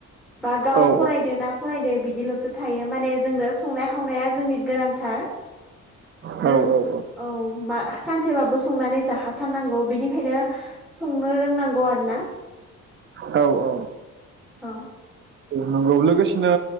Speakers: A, in the centre; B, on the right (about 40°).
A: बा गाव
B: औ
A: फरायदों ना। फरायदो बिदिल'सो थायो माने जोंनो संनाय खावनाया जोंनि गोनांथार।
B: औ
A: नों
B: औ औ।
A: औ मा सानसेबाबो संनानै जाहाथारनांगौ बिनिखायनो। संनो रोंनांगौ आरो ना।
B: औ औ
A: औ।
B: नंगौ लोगोसेनो